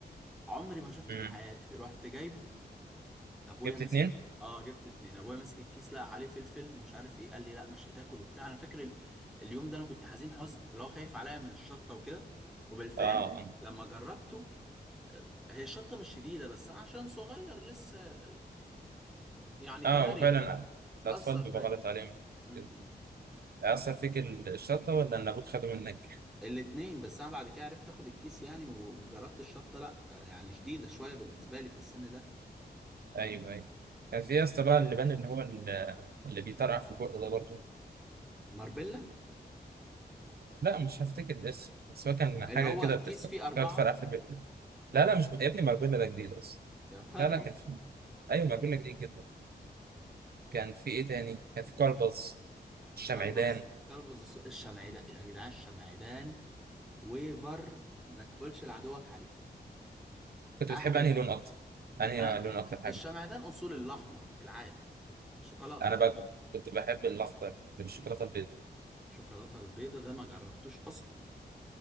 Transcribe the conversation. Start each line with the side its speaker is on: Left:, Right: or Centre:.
Centre: عمري ما شفته
Right: مم.
Centre: في حياتي رحت جايبه ابويا
Right: جبت
Centre: ماسك
Right: اتنين
Centre: اه جبت اتنين ابويا ماسك الكيس لقى عليه فلفل مش عارف ايه قال لي لا مش هتاكل وبتاع انا فاكر ال... اليوم ده انا كنت حزين حزن اللي هو خايف عليا من الشطه وكده وبالفعل
Right: اه
Centre: لما جربته آه، هي الشطه مش شديده بس أنا عشان صغير لسه يعني كناريا
Right: اه آه، وفعلا الاطفال
Centre: اثر
Right: بيبقى
Centre: فيا
Right: غلط عليهم
Centre: امم
Right: كده. هيأثر فيك ال- الشطة ولا ان ابوك خده منك
Centre: الاتنين بس انا بعد كده عرفت اخد الكيس يعني وجربت الشطه لا آه، يعني شديده شويه بالنسبه لي في السن ده
Right: ايوه ايوه كان في يا اسطى بقى اللي بان اللي هو ال- اللي بيطرقع في البق ده برضه
Centre: ماربيلا
Right: لا مش هفتكر الاسم بس هو كان
Centre: اللي
Right: حاجة
Centre: هو
Right: كده بتف-
Centre: كيس فيه اربعه
Right: بتقعد تفرقع في البق لا لا مش يا ابني ماربيلا ده جديد اصلا
Centre: يا راجل
Right: لا لا كان في ايوه ماربيلا جديد جدا كان في ايه تاني كان في كلبز الشمعدان
Centre: كلبز كلبز الص- الشمعدان يا جدعان الشمعدان ويفر ما تقولش لعدوك عليه
Right: كنت
Centre: احلى
Right: بتحب انهي لون اكتر انهي
Centre: انا
Right: لون اكتر حاجة
Centre: الشمعدان اصول الاحمر العادي شوكولاته
Right: انا بقى كنت كنت بحب الاخضر اللي بالشوكولاته البيضاء
Centre: الشوكولاته البيضه ده ما جربتوش اصلا